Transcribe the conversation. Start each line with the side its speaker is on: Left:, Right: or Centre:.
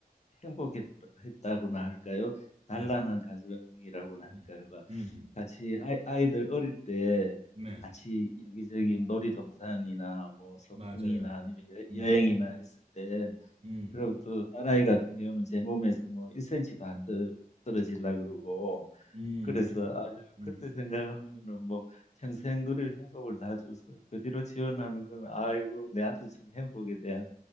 Left: 행복했다고나 할까요? 단란한
Right: 네,
Left: 가정이라고나 할까요
Right: 음, 음,
Left: 같이 아이, 아이들 어릴 때
Right: 네,
Left: 같이 여기저기 놀이동산이나 뭐 소풍이나
Right: 맞아요.
Left: 아니면
Right: 음,
Left: 여, 행이나 했을 때
Right: 음,
Left: 그리고 또 딸아이 같은 경우는 제 몸에서 뭐 1cm도 안 떠, 떨어지려 그러고
Right: 음,
Left: 그래서 아주
Right: 음,
Left: 그때 생각하면은 뭐 평생 누릴 행복을 다 줘서 그 뒤로 지원하는 건 아이고 내한테 준 행복에 대한